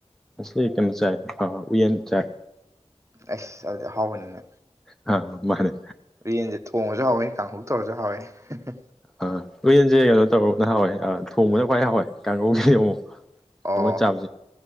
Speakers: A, in the centre; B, on the right (about 25°).
A: ꯉꯁꯤ ꯀꯩꯅꯣ ꯆꯥꯏ ꯑꯥ ꯎꯌꯦꯟ ꯆꯥꯏ꯫
B: ꯑꯩꯁ ꯑꯗꯨ ꯑꯍꯥꯎꯕꯅꯤꯅꯦ
A: ꯍꯥ ꯃꯥꯅꯦ꯫
B: ꯎꯌꯦꯟꯁꯦ ꯊꯣꯡꯑꯁꯨ ꯍꯥꯎꯋꯦ ꯀꯥꯡꯍꯧ ꯇꯧꯔꯁꯨ ꯍꯥꯎꯋꯦ ꯍꯦ ꯍꯦ
A: ꯑꯥ ꯎꯌꯦꯟꯁꯦ ꯀꯩꯅꯣ ꯇꯧꯔꯒꯅ ꯍꯥꯎꯋꯦ ꯑꯥ ꯊꯣꯡꯕꯅ ꯈ꯭ꯋꯥꯏ ꯍꯥꯎꯋꯦ ꯀꯥꯡꯒꯧꯒꯤꯗꯤ ꯑꯃꯨꯛ ꯊꯣꯡꯉ
B: ꯑꯣ
A: ꯆꯥꯕꯁꯦ